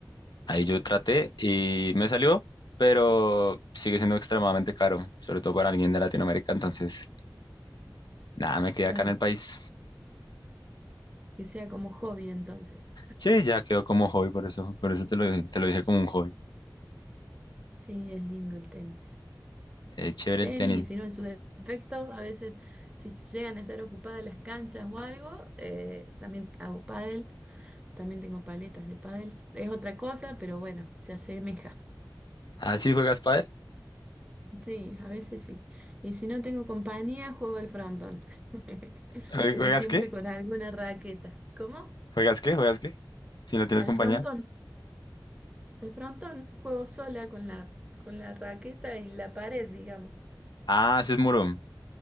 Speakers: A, on the left; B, on the right.
A: ahí yo traté y me salió, pero sigue siendo extremadamente caro, sobre todo para alguien de Latinoamérica, entonces nada, me quedé
B: Claro,
A: acá en el país.
B: que sea como hobby entonces.
A: Sí, ya quedó como hobby, por eso, por eso te lo, te lo dije como un hobby.
B: Sí, es lindo el tenis.
A: Eh, chévere
B: Tenis,
A: el tenis.
B: y si no, en su defecto, a veces si llegan a estar ocupadas las canchas o algo, eh, también hago pádel También tengo paletas de pádel. Es otra cosa, pero bueno, se asemeja.
A: Ah, sí, ¿juegas pádel?
B: Sí, a veces sí. Y si no tengo compañía, juego al frontón. <laughs>
A: ¿Jue-
B: Pero
A: ¿Juegas
B: siempre
A: qué?
B: con alguna raqueta. ¿Cómo?
A: ¿Juegas qué? ¿Juegas qué? Si no tienes
B: Al
A: compañía.
B: frontón. Al frontón. Juego sola con la, con la raqueta y la pared, digamos.
A: Ah, haces muro.